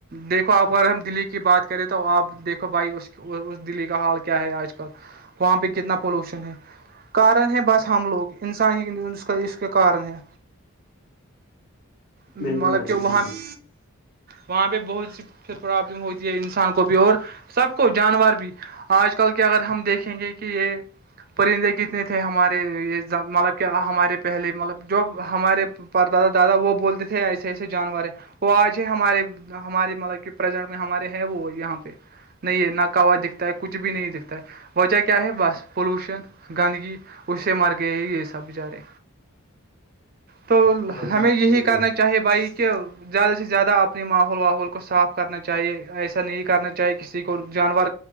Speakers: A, on the right; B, on the left.
A: دیکو آپ اگر ہم دلی کی بات کریں تو آپ دیکھو بھائی اس اس دلی کا حال کیا ہے آج کل وہاں پہ کتنا پالوشن ہے کارن ہے بس ہم لوگ انسان ہی اس کا اس کا کارن ہے مطلب
B: بالکل بھائی جان
A: کہ وہن
B: بالکل
A: <unintelligible> وہاں پہ بہت سی پھر پرابلم ہوتی ہے انسان کو بھی اور سب کو جانور بھی آج کل کے اگر ہم دیکھیں گے کہ یہ پرندے کتنے تھے ہمارے یہ مطلب کہ ہمارے پہلے مطلب جوب ہمارے پر دادا دادا وہ بولتے تھے ایسے ایسے جانور وہ آج ہے ہمارے ہمارے مطلب کہ پرزنٹ میں ہمارے ہیں وہ یہاں پہ نہیں ہے ن کاواز دکھتا ہے کچھ بھی نہیں دکھتا ہے وجہ کیا ہے بس پولوشن گندگی اس سے مر گئے یہ سب بیچارے
B: <inaudible>
A: تو
B: ہاں بھائی جان
A: ہمیں یہی
B: بالکل
A: کرنا چاہیے بھائی کہ زیادہ سے زیادہ اپنے ماحول واحول کو صاف کرنا چاہیے ایسا نہیں کرنا چاہیے کہ کسی کو جانور